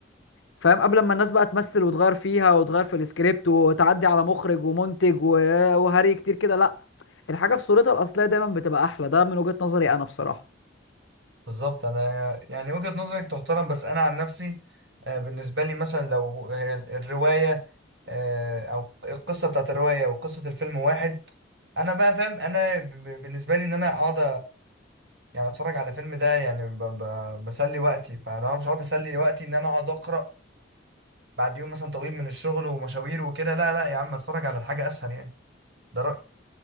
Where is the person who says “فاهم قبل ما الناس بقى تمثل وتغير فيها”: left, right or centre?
Left